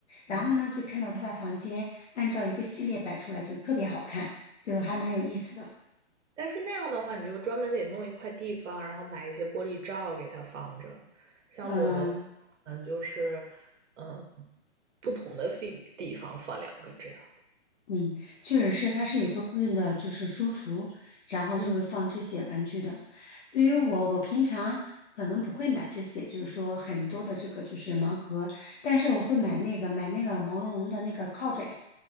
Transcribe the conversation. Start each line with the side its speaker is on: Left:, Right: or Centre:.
Left: 然后呢，
Right: 嗯，
Left: 就看到他的房间按照一个系列摆出来，就特别好看，就还蛮有意思的。
Right: 但是那样的话，你就专门得弄一块地方，然后买一些玻璃罩给它放着。像我的嗯，
Left: 嗯、
Right: 可能就是，嗯，不同的地地方放两个这样。
Left: 嗯，确实是，它是有一个固定的就是书橱，然后就会放这些玩具的。
Right: 嗯
Left: 对于我，我平常可能不会买这些，就是说很多的这个就是盲盒，但是我会买那个买那个毛茸茸的那个靠枕，